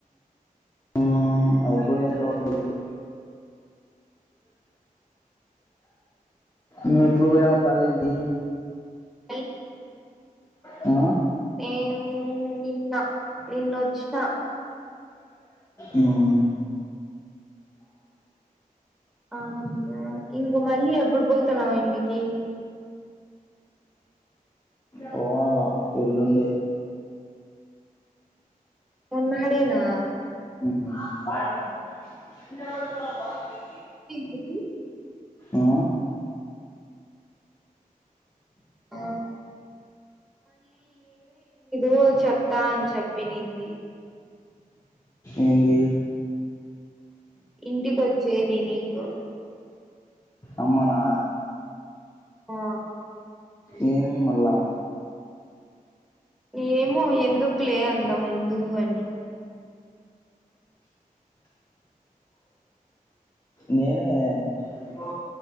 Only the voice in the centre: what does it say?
ఎల్
ఏం నిన్న నిన్నొచ్చిన
ఆ అవును ఇంకా మళ్ళీ ఎప్పుడు పోతునావ ఇంటికి?
ఉన్నాడేనా
తిన్ ఎందుకు?
ఆ ఓ చెప్తాని చెప్పినింది.
ఇంటికొచ్చేది నీకు
ఆ
ఏమో ఎందుక్లే అంద ముందూ అని